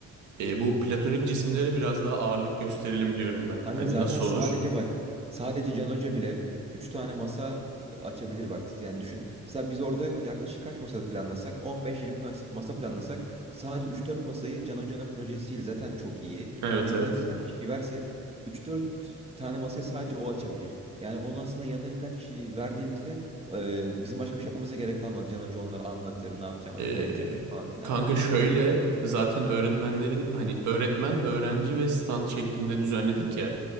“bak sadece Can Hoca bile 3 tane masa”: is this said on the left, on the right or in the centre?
Right